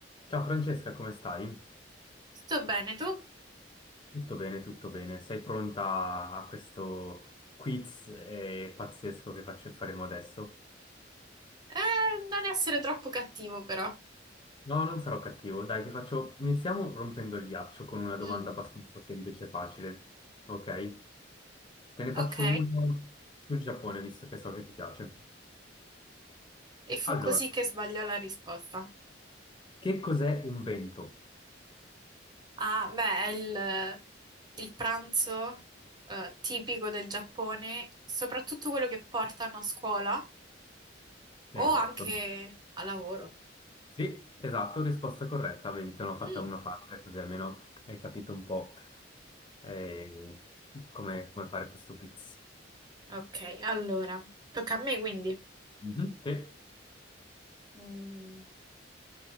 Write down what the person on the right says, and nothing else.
Sto bene, tu?
Eh, non essere troppo cattivo, però.
Mm,
ok.
E fu
così che sbagliò la risposta.
Ah, beh, è il, il pranzo eh, tipico del Giappone, soprattutto quello che portano a scuola o
anche a lavoro.
Mm,
ok, allora, tocca a me quindi.
Mm,